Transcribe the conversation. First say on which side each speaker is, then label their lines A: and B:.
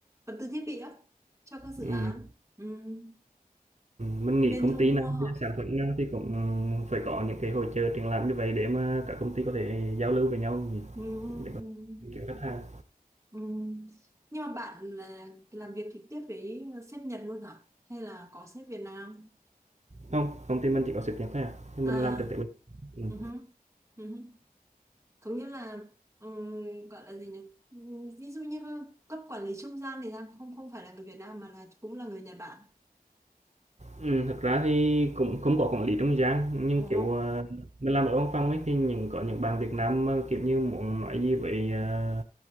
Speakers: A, on the right; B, on the right.
A: vật tư thiết bị á cho các dự
B: ừm,
A: án Ừm,
B: mình
A: nên
B: nghĩ
A: bên
B: công
A: thu
B: ty
A: mua
B: nào,
A: họ
B: về sản phẩm nào thì cũng ừ, phải có những cái hội chợ triển lãm như vậy để mà các công ty có thể giao lưu với nhau nhỉ,
A: Ừm,
B: để có
A: ừm,
B: thể kiếm khách hàng.
A: ừm. nhưng mà bạn là làm việc trực tiếp với sếp Nhật luôn hả hay là có sếp Việt Nam
B: Không, công ty mình chỉ có sáp nhập thôi à, nhưng
A: à
B: mình làm trực tiếp. Ừm.
A: ừ hứ, ừ hứ. có nghĩa là ừm, gọi là gì nhỉ Ừm, ví dụ như cấp quản lý trung gian thì sao không không phải là người Việt Nam mà là cũng là người Nhật Bản
B: Ừm, thật ra thì cũng không có quản lý trung gian, nhưng,
A: ồ
B: kiểu, à, mình làm ở văn phòng ấy, thì những có những bạn Việt Nam mà, kiểu như, muốn nói gì với, à,